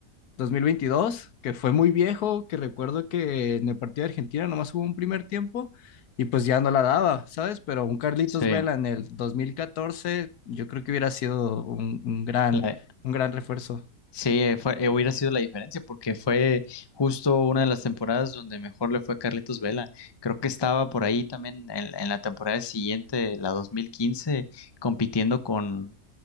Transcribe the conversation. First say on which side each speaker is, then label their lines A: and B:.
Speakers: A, on the left; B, on the left.
A: 2022 que fue muy viejo, que recuerdo que en el partido de Argentina nomás hubo un primer tiempo y pues ya no la daba, ¿sabes? Pero un Carlitos
B: sí.
A: Vela en el 2014 yo creo que hubiera sido un, un gran,
B: La-
A: un gran refuerzo.
B: Sí, eh, fue, eh, hubiera sido la diferencia porque fue justo una de las temporadas donde mejor le fue a Carlitos Vela. Creo que estaba por ahí también en, en la temporada siguiente, la 2015, compitiendo con,